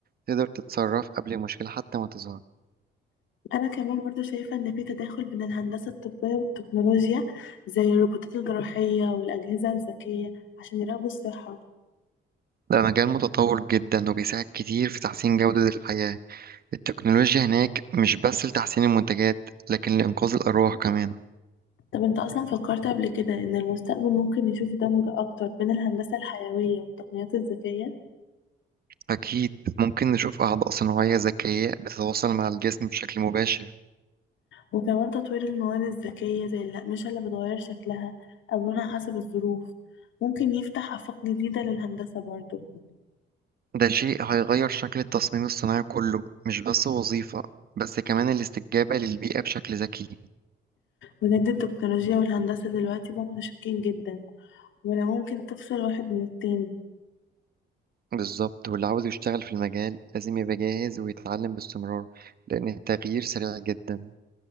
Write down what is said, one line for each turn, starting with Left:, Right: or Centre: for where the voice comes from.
Right: تقدر تتصرف قبل المشكلة حتى ما تظهر
Left: أنا كمان برضو شايفة إن في تداخل بين الهندسة الطبية والتكنولوجيا زي الروبوتات الجراحية والأجهزة الذكية عشان يراقبوا الصحة
Right: ده مجال متطور جدا وبيساعد كتير في تحسين جودة الحياة التكنولوجيا هناك مش بس لتحسين المنتجات لكن لإنقاذ الأرواح كمان
Left: طب أنت أصلا فكرت قبل كده إن المستقبل ممكن يشوف دمج أكتر بين الهندسة الحيوية والتقنيات الذكية
Right: أكيد ممكن نشوف أعضاء صناعية ذكية بتتواصل مع الجسم بشكل مباشر
Left: وكمان تطوير المواد الذكية زي الأقمشة اللي بتغير شكلها أو لونها حسب الظروف ممكن يفتح آفاق جديدة للهندسة برضو
Right: ده شيء هيغير شكل التصميم الصناعي كله مش بس وظيفة بس كمان الاستجابة للبيئة بشكل ذكي
Left: بجد التكنولوجيا والهندسة دلوقتي بقوا متشابكين جدا ولا ممكن تفصل واحد من التاني
Right: بالظبط واللي عاوز يشتغل في المجال لازم يبقى جاهز ويتعلم باستمرار لأن التغيير سريع جدا